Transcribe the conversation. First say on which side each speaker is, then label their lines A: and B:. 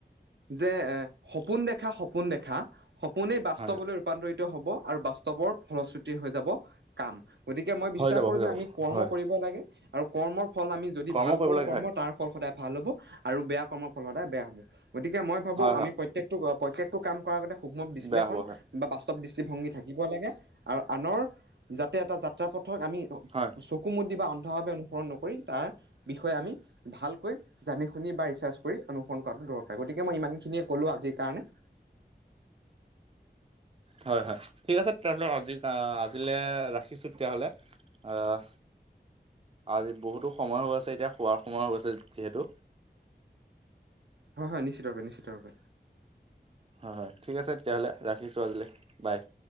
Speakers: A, on the right; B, on the right.
A: যে সপোন দেখা, সপোন দেখা সপোনে বাস্তৱলৈ
B: হয়
A: ৰূপান্তৰিত হ'ব আৰু বাস্তৱৰ ফলশ্ৰুতি হৈ যাব কাম গতিকে মই বিশ্বাস
B: হৈ যাব
A: কৰো
B: হৈ যাব
A: যে আমি কৰ্ম
B: হয়
A: কৰিব লাগে আৰু কৰ্মৰ ফল আমি যদি
B: কৰ্ম
A: ভাল
B: কৰিব
A: কৰো
B: লাগে
A: কৰ্ম
B: হয়
A: ফল সদায় ভাল হ'ব আৰু বেয়া কৰ্মৰ ফল সদায় বেয়া হ'ব গতিকে মই ভাবো
B: হয় হয়
A: আমি প্ৰত্যেকটো প্ৰত্যেকটো কাম কৰা আগতে সুক্ষ্ম বিশ্লেষণ
B: বেয়া হ'ব হয়
A: বা বাস্তৱ দৃষ্টিভংগী থাকিব লাগে আৰু আনৰ যাতে এটা যাত্ৰা পথক আমি
B: হয়
A: চকু মুদি বা অন্ধভাৱে অনুসৰণ নকৰি তাৰ বিষয়ে আমি ভালকৈ জানি শুনি বা ৰিচাৰ্চ কৰি অনুসৰণ কৰাটো দৰকাৰ, গতিকে মই ইমানখিনিয়ে ক'লো আজিৰ কাৰণে।
B: হয় হয়, ঠিক আছে তেতিয়াহ'লে আজি আজিলৈ ৰাখিছো তেতিয়াহ'লে। আহ, আজি বহুতো সময় হৈ আছে এতিয়া শোৱাৰ সময় হৈ আছে যিহেতু।
A: হয় হয় নিশ্চিতভাবে নিশ্চিতভাবে।
B: হয় হয় ঠিক আছে তেতিয়াহ'লে ৰাখিছোঁ আজিলৈ, বাই।